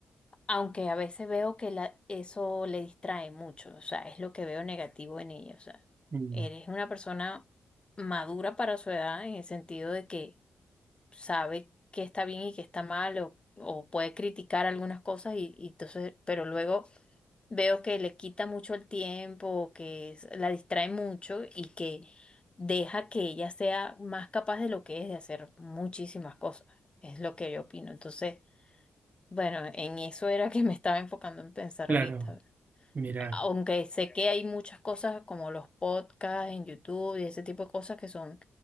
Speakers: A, on the left; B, on the right.
A: aunque a veces veo que la, eso le distrae mucho, o sea, es lo que veo negativo en ella, o sea,
B: mm,
A: eres una persona madura para su edad en el sentido de que sabe qué está bien y qué está mal o, o puede criticar algunas cosas y, y entonces, pero luego veo que le quita mucho el tiempo, o que es- la distrae mucho y que deja que ella sea más capaz de lo que es de hacer muchísimas cosas. Es lo que yo opino. Entonces, bueno, en eso era que me estaba enfocando en pensar
B: Claro,
A: ahorita.
B: mira.
A: Aunque sé que hay muchas cosas como los podcasts en YouTube y ese tipo de cosas que son